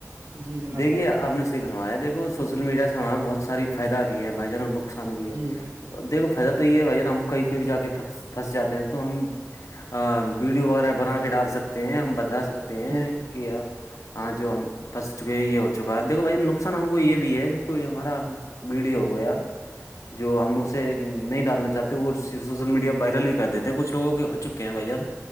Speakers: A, on the right; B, on the left.
A: جی جناب
B: دیکھیے
A: فرمائیں
B: آپ نے بنوا ہے دیکو سوشل میڈیا سے ہمارے بہت ساری فائد بھی ہے بھائی جانوں نقصان بھی ہے
A: جی جناب
B: دیکھو فائدہ تو یہ ہے بھائی ہم کہیں پہ بھی جا کے پھنس جاتے ہیں تو ہم ا وڈیو وغیرہ بنا کے ڈال سکتے ہیں ہم بتا سکتے ہیں
A: جی
B: کہ ہاں جو ہم پنس چکے ہیں یہ ہو چکا ہے دیکو بھائی نقصان ہم کو یہ بھی ہے کہ کوئی ہمارا ویڈیو ہو گیا جو ہم اسے نہیں ڈالنا چاہتے وہ سوشل میڈیا بائ بھی کر دیتے ہیں کھ لو ہو کے ہو چکے ہیں بھائی ار